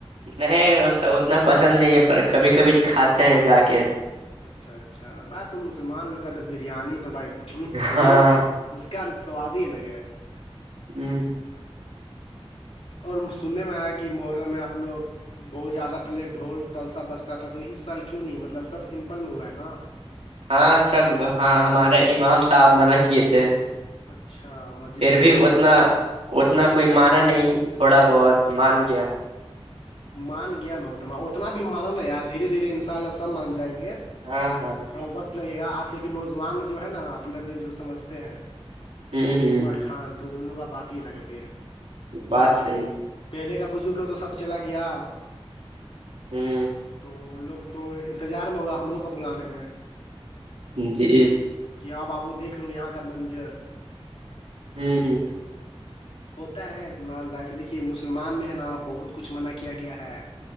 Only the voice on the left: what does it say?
اچھا اچھا بات تو مسلمان لوگ کا تو بریانی تو بھائی ہوں
اس کا سواد ہی الگ ہے
اور سننے میں آیا کہ محرہ میں آپ لوگ بہت زیادہ پہلے ڈھول تل سا بستا تھا تو اس سال کیوں نہیں مطلب سب سمپل میں ہوا ہے نا
اچھا مسجد
کے
امام
صاحب
جی
مان گیا نا اتنا اتنا بھی مانا ن نہیں یار دھیرے دھیرے ان شاء اللہ سب مان جائیں گے
تھوڑا وقت لگے گا آج کل کے نوجوان جو ہے نا اپنے آپ کے جو سمجھتے ہیں
تسمار
خان تو ان لوگ کا بات ہی لگا پھر
پہلے کا بزرگ لو تو سب چلا گیا
تو لوگ تو انتظار میں ہوگا ہم لوگ کو بلانے میں
کہ آاں آابو دھ لو یہاں کا منجر <unintelligible>
ہوتا ہے اتنا لائف د <inaudible> یہ مسلمان میں نا بہت کچھ منع کیا گیا ہے